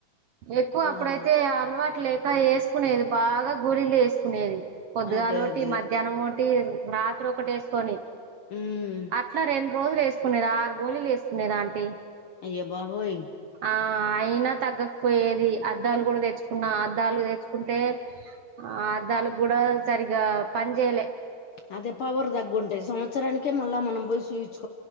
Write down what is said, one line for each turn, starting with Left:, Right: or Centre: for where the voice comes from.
Right: ఎక్కువ
Left: మరే
Right: అప్పుడైతే అలవాటు లేక వేసుకునేది బాగా గోలీలు వేసుకునేది పొద్గల
Left: అదే
Right: ఒకటి
Left: అదే
Right: మధ్యాహ్నం ఒకటి రాత్రి ఒకటి వేసుకొని
Left: ఉమ్
Right: అట్లా రెండు రోజులు వేసుకునేది ఆరు గోళిలు వేసుకునేది ఆంటీ
Left: అయ్య బాబోయ్
Right: ఆ అయినా తగ్గకపోయేది అద్దాలు కూడా తెచ్చుకున్నా అద్దాలు తెచ్చుకుంటే ఆ అదాలు కూడా సరిగా పని చేయలే
Left: అదే పవర్ తగ్గుంటయి సంవత్సరానికే మళ్ళా మనం పోయి సుయిచ్